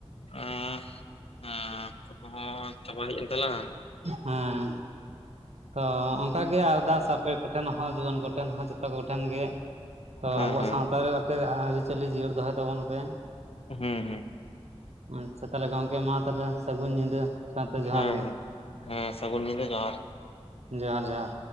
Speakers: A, on the left; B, on the right.
A: ᱦᱮᱸ ᱚᱠᱛᱚ ᱠᱚᱦᱚᱸ ᱪᱟᱵᱟ ᱦᱮᱡ ᱮᱱ ᱛᱟᱞᱟᱝᱼᱟ।
B: ᱦᱮᱸ ᱛᱚ ᱚᱱᱠᱟ ᱜᱮ ᱟᱨᱫᱟᱥ ᱟᱯᱮ ᱠᱚᱴᱷᱮᱱ ᱦᱚᱸ ᱡᱩᱣᱟᱹᱱ ᱠᱚᱴᱷᱮᱱ ᱦᱚᱸ ᱡᱚᱛᱚ ᱠᱚᱴᱷᱮᱱ ᱜᱮ ᱛᱚ
A: ᱦᱮᱸ
B: ᱟᱵᱚᱣᱟᱜ
A: ᱦᱮᱸ
B: ᱥᱟᱶᱛᱟ ᱨᱮ ᱟᱹᱨᱤᱪᱟᱹᱞᱤ ᱡᱤᱭᱟᱹᱲ ᱫᱚᱦᱚᱭ ᱛᱟᱵᱚᱱ ᱯᱮ
A: ᱦᱮᱸ ᱦᱮᱸ
B: ᱟᱪᱪᱷᱟ ᱛᱟᱦᱚᱞᱮ ᱜᱚᱝᱠᱮ ᱢᱟ ᱛᱟᱦᱚᱞᱮ ᱥᱟᱹᱜᱩᱱ ᱧᱤᱫᱟᱹ ᱥᱟᱶᱛᱮ ᱡᱚᱦᱟᱨ
A: ᱦᱮᱸ
B: ᱜᱮ
A: ᱦᱮᱸ ᱥᱟᱹᱜᱩᱱ ᱧᱤᱫᱟᱹ ᱡᱚᱦᱟᱨ
B: ᱡᱚᱦᱟᱨ ᱡᱚᱦᱟᱨ